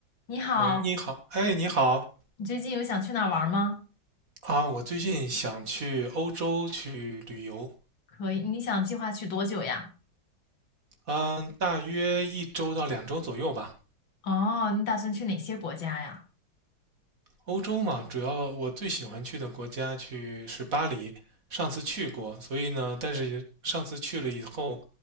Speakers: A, on the left; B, on the right.
A: 你好，
B: 喂，你好，哎，你好
A: 你最近有想去哪儿玩吗？
B: 啊，我最近想去欧洲去旅游，
A: 可以，你想计划去多久呀？
B: 嗯，大约一周到两周左右吧。
A: 哦，你打算去哪些国家呀？
B: 欧洲嘛，主要我最喜欢去的国家去是巴黎，上次去过，所以呢，但是上次去了以后，